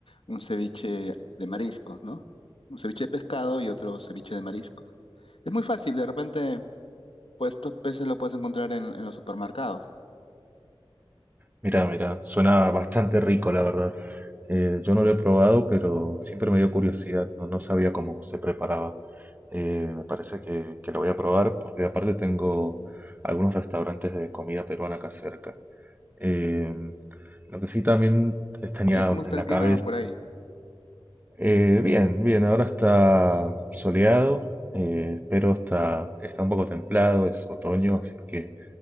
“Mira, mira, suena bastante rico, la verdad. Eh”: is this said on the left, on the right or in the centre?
Right